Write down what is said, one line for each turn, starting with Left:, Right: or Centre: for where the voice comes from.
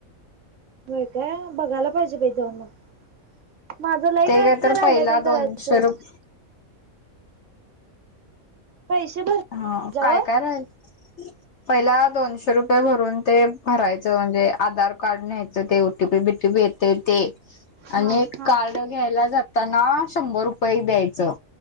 Right: होय काय बघाला पाहिजे बई जाऊन मग माझं लई
Left: ते
Right: काय काय
Left: तर
Right: राहिलंय
Left: पहिला
Right: बई
Left: दोनशे
Right: करायचं
Left: रुप
Right: पैसे भर
Left: हा
Right: जाव
Left: काय काय राहिलाय पहिला दोनशे रुपये भरून ते भरायचं म्हणजे आधार कार्ड न्यायचं ते ओटीपी बीटीपी येतय ते आणि
Right: हा हा
Left: कार्ड घ्यायला जाताना शंभर रुपये द्यायचं